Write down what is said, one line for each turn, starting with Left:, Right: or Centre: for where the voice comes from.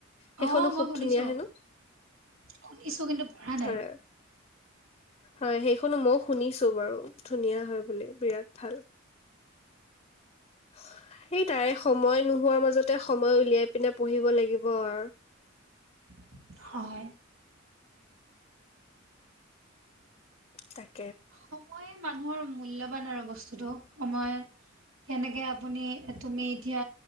Left: সেইখনো
Right: অ মই
Left: খুব
Right: শুনিছো
Left: ধুনীয়া হেনো।
Right: শুনিছো কিন্তু পঢ়া নাই
Left: হয়। হয়, সেইখনো মই শুনিছো বাৰু, ধুনীয়া হয় বুলি বিৰাট ভাল। সেইটাই সময় নোহোৱাৰ, মাজতে সময় উলিয়াই পিনে পঢ়িব লাগিব আৰু।
Right: <inaudible> হয়।
Left: তাকে।
Right: সময়ে মানুহৰ মূল্যবান আৰু বস্তুতটো, সময় কেনেকে আপুনি, তুমি এতিয়া